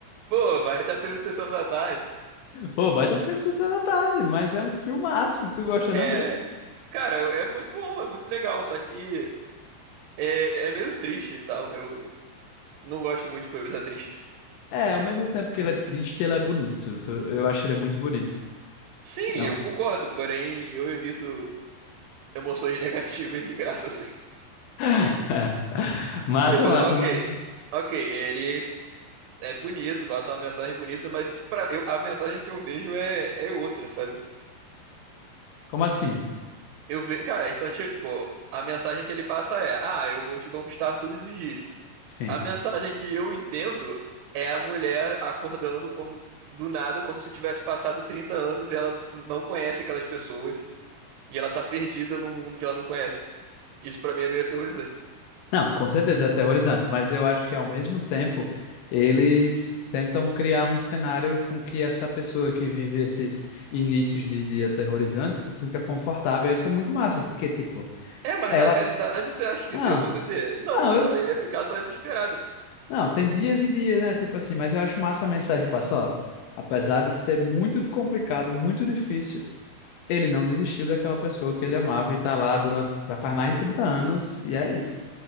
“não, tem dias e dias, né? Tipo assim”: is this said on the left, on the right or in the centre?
Left